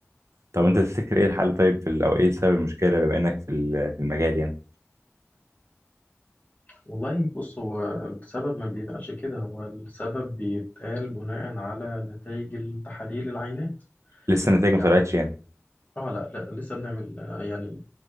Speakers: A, on the right; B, on the left.
A: طب انت تفتكر ايه الحل طيب في ال- او ايه سبب المشكلة بما انك في ال- في المجال يعني
B: والله بص هو السبب ما بيتقالش كده هو السبب بيتقال بناء على نتائج التحاليل العينات
A: لسه النتائج ما
B: يعني
A: طلعتش يعني
B: اه لا, لا لسه بنعمل آه، يعني